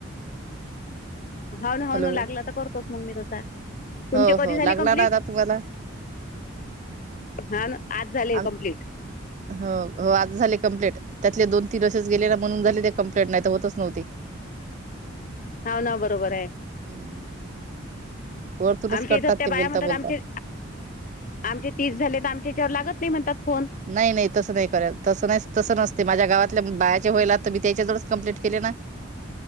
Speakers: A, on the left (about 40°); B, on the right (about 35°).
A: हा ना ह
B: हॅलो
A: ना लागला तर करतोच मग मी तसा तुमचे
B: हो हो
A: कधी
B: लागला
A: झाले कम्प्लीट?
B: ना आता तुम्हाला
A: हा ना आज झाले
B: आम
A: कम्प्लीट.
B: हो हो आज झाली कम्प्लीट. त्यातले दोनीन असेच गेले ना म्हणून झाले ते कंप्लेंट नाही तर होतच नव्हती.
A: हा ना बरोबर आहे.
B: हम्म वरतुरच
A: आमच्या
B: कटतात
A: इथं त्या
B: ते
A: बाया
B: बोलता
A: म्हणतात
B: बोलता.
A: आमचे आमचे तीस झाले तर आमच्याच्यावर लागत नाही म्हणतात फोन.
B: नाही नाही तसं नाही कर तसं नाही तसं नसते माझ्या गाात बायाचे होईल तर मी त्याच्याजवळच कमप्लीट केले ना.